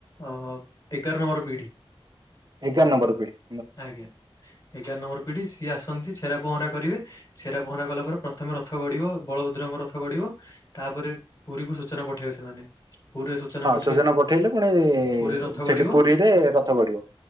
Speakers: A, on the left; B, on the right.
A: ଅ ଏଗାର ନମ୍ବର ପିଢ଼ି।
B: ଏଗାର ନମ୍ବର ପିଢ଼ି।
A: ଆଜ୍ଞା ଏଗାର ନମ୍ବର୍ ପିଢି ସିଏ ଆସନ୍ତି ଛେରା ପହଁରା କରିବେ ଛେରା ପହଁରା କଲା ପରେ ପ୍ରଥମେ ରଥ ଗଡିବ ବଳଭଦ୍ରଙ୍କ ରଥ ଗଡିବ ତାପରେ ପୁରୀକୁ ସୂଚନା ପଠେଇବେ ସେମାନେ ପୁରୀରେ ସୂଚନା
B: ହଁ
A: ପଠେଇ
B: ସଜନା ପଠେଇଲେ ପୁଣି
A: ପୁରୀ ରଥ ଗଡିବ
B: ସେଠି ପୁରୀରେ ରଥ ଗଢିବ।